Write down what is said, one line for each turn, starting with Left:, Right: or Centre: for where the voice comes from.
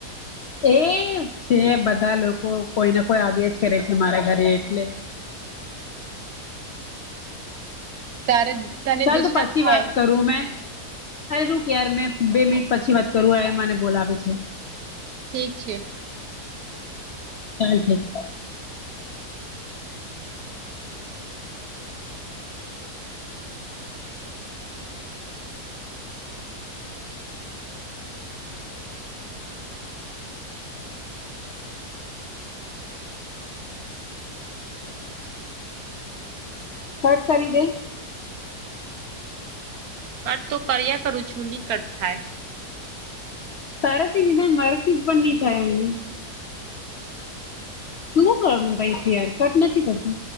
Left: તેજ છે બધા લોકો કોઈને કોઈ આવ્યા જ કરે છે મારા ઘરે એટલે
Right: તારે તને
Left: ચાલ
Right: ડિસ્ટર્બ
Left: તો પછી
Right: થાય
Left: વાત કરું મે. અરે રૂક યાર મેં બે મિનિટ પછી વાત કરું અરે મને બોલાવે છે.
Right: ઠીક છે.
Left: ચાલ ઠીક. કટ કરી દેય.
Right: કટ તો કર્યા કરું છું ની કટ થાય.
Left: તારા થી ને મારા થી પણ ની થાય અહિ. શું કરુ <unintelligible> છે કટ નથી થતું.